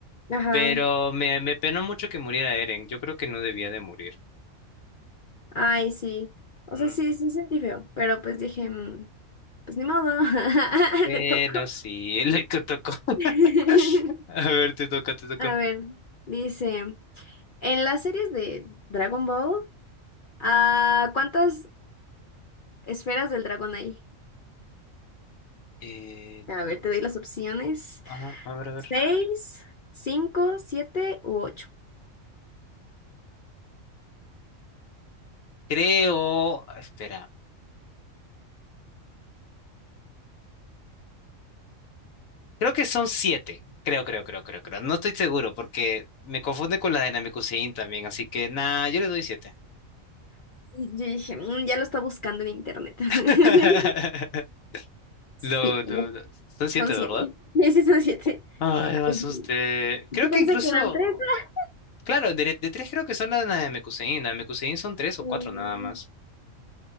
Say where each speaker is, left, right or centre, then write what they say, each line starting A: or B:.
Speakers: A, on the left; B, on the left.
A: Ajá,
B: Pero me, me penó mucho que muriera Eren. Yo creo que no debía de morir.
A: ay, sí. O
B: Mm.
A: sea, sí, sí sentí feo, pero pues dije, mm, pues ni modo, <laughs>
B: Bueno,
A: le tocó.
B: sí, <laughs> le tocó.
A: <laughs>
B: <laughs> A ver, te toca, te toca.
A: A ver, dice, en las series de Dragon Ball, ah, ¿cuántas esferas del dragón hay?
B: Eh,
A: A ver,
B: tú-
A: te doy las opciones.
B: Ajá, a ver, a ver.
A: Seis, cinco, siete u ocho.
B: Creo. ah, Espera. Creo que son siete. Creo, creo, creo, creo, creo. No estoy seguro porque me confunde con la de Namekusein también. Así que, nada yo le doy siete.
A: Y yo dije, "Mm, ya lo está buscando en internet. <laughs>
B: <laughs>
A: Sí,
B: No, no, no. Son siete,
A: son siete.
B: ¿verdad?
A: <laughs> Sí, son siete.
B: Ay, me
A: Ay,
B: asusté.
A: Yo
B: Creo
A: pensé
B: que incluso.
A: que eran tres. <laughs>
B: Claro, de, de tres creo que son las de Mekusein. Las de Mekusein son tres o
A: Mm,
B: cuatro nada más.